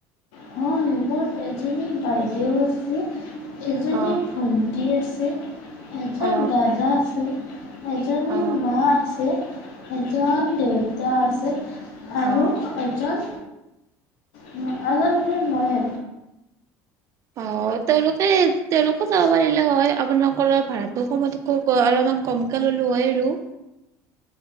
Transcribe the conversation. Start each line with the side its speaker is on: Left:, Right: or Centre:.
Left: হয়, মোৰ এজনী বাইদেউ আছে। এজনী
Right: অ
Left: ভন্টি আছে। উম। এজন
Right: অ
Left: দাদা আছে। এজনী
Right: অ
Left: মা আছে। এজন দেউতা আছে।
Right: অ
Left: আৰু এজন উম, আজ ময়ে।
Right: অ', তেওঁলোকে, তেওঁলোকো যাব পাৰিলে হয়, আপোনালোকৰ ভাড়াটো কম অলমান কমকে ল'লো হয় আৰু।